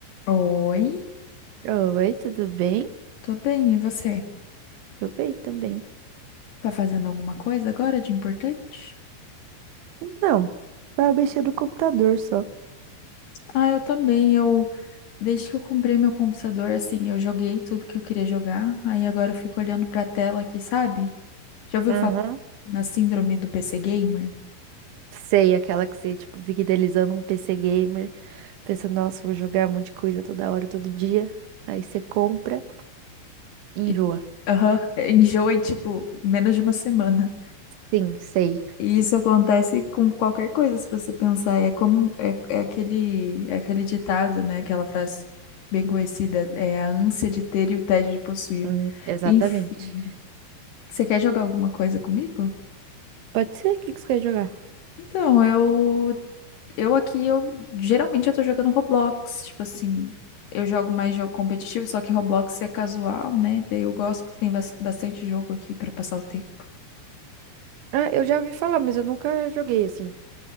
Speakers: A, on the left; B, on the right.
A: Oi,
B: Oi, tudo bem?
A: tô bem, e você?
B: Tô bem também.
A: Tá fazendo alguma coisa agora de importante?
B: Não, vai mexer no computador só.
A: Ah, eu também. Eu, desde que eu comprei meu computador, assim, eu joguei tudo que eu queria jogar. Aí agora eu fico olhando pra tela aqui, sabe? Já ouviu
B: Uhum.
A: falar na síndrome do PC Gamer?
B: Sei, aquela que você, tipo, fica idealizando um PC gamer, pensa, nossa, vou jogar um monte de coisa toda hora, todo dia. Aí você compra e enjoa.
A: E, aham, <laughs> enjoa em, tipo, menos de uma semana.
B: Sim, sei.
A: E isso acontece com qualquer coisa, se você pensar. É como, é, é aquele, é aquele ditado, né? Aquela frase bem conhecida, é a ânsia de ter e o tédio de possuir.
B: Hum, exatamente.
A: Enfim. Você quer jogar alguma coisa comigo?
B: Pode ser? O que que você quer jogar?
A: Então, eu eu aqui eu geralmente eu tô jogando Roblox, tipo assim, eu jogo mais jogo competitivo, só que Roblox é casual, né? Daí eu gosto porque tem bas- bastante jogo aqui pra passar o tempo.
B: Ah, eu já ouvi falar, mas eu nunca joguei assim.